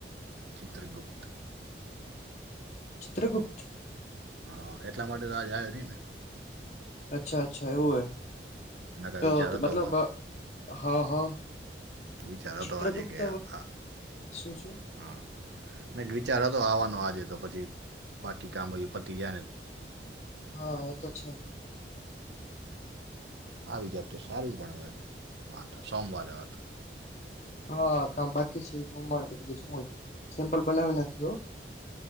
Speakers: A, on the right; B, on the left.
A: ચિત્રગુપ્ત.
B: ચિત્રગુપ્ત.
A: હા એટલા માટે તો આ જ આવ નહી ને.
B: અચ્છા અચ્છા એવું
A: નકા
B: હે
A: વિચાર
B: તો
A: હતો
B: મતલબ
A: આ
B: હા હા.
A: વિચાર
B: ચિત્રગુપ્ત
A: હતો આજે કે આ
B: શું શું.
A: હા ન વિચાર હતો આવવાનો આજે તો પછી બાકી કામ હો પતી જાય ને.
B: હા એ તો છે.
A: આવી જાતું તો સારું પણ હવે વાંધ સોમવારે વા તો.
B: હા કામ બાકી છે સોમવારથી બીજે શું હોય સિમ્પલ બનાવી નાખી હો.